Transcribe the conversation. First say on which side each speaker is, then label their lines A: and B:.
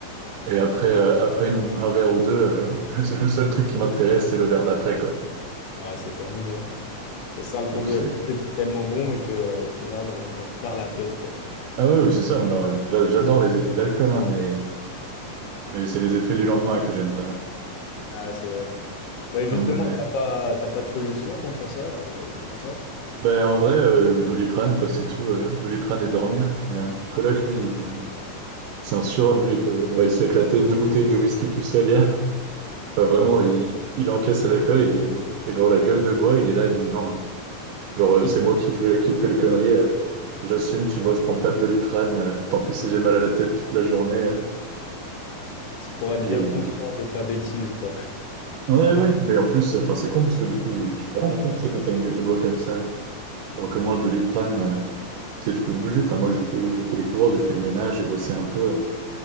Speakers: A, on the right; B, on the left.
A: et après, euh, après une- un verre ou deux, euh, <laughs> le seul le seul truc qui m'intéresse, c'est le verre d'après, quoi.
B: Ouais, c'est terminé. <laughs> C'est ça le problème.
A: Donc c'est...
B: C'est tellement bon, mais que au final, on en perd la tête, quoi.
A: Ah ouais, oui, c'est ça, mais, euh, j'a- j'adore les effets de l'alcool, hein, mais, mais c'est les effets du lendemain que j'aime pas.
B: Ah, c'est vrai. Bah justement,
A: Enfin, ouais.
B: t'as pas, t'as pas de solution contre ça, euh, contre ça?
A: Ben, en vrai, euh, Doliprane, quoi, c'est tout. euh, Doliprane et dormir. Mais euh, mon coloc, lui, il est... c'est un surhomme, lui, il peut... genre, il s'est éclaté deux bouteilles de whisky tout seul hier. Enfin, vraiment,
B: Ouh là là.
A: il, il encaisse la claque et, et genre la gueule de bois, il est là, il me dit non. hein. Genre, euh,
B: Il
A: c'est
B: faut-
A: moi qui fais, qui fais les conneries. euh, j'assume, tu vois, je prends pas de Doliprane. euh, tant pis si j'ai mal à la tête toute la journée. euh,
B: C'est pour être
A: et
B: bien conscient de ta bêtise, quoi. <laughs>
A: ouais, ouais, mais en plus, enfin, c'est con parce que du coup, tu peux rien faire, tu sais, quand t'as une gueule de bois comme ça. Alors que
B: Vraiment.
A: moi, le Doliprane, euh, tu sais, tu peux te bouger. Enfin, moi, j'ai fait, j'ai fait les courses, j'ai fait le ménage, j'ai bossé un peu. euh,